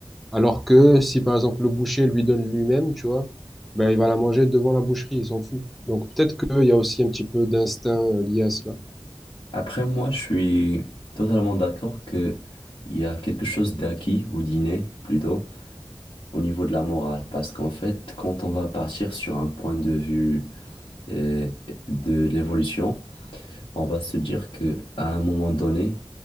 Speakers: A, in the centre; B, on the left.
A: Alors que si, par exemple, le boucher lui donne lui-même, tu vois, ben, il va la manger devant la boucherie, il s'en fout. Donc peut-être qu'il y a aussi un petit peu d'instinct euh, lié à cela.
B: Après, moi, je suis totalement d'accord que il y a quelque chose d'acquis ou d'inné plutôt au niveau de la morale, parce qu'en fait, quand on va partir sur un point de vue euh, de l'évolution, on va se dire que à un moment donné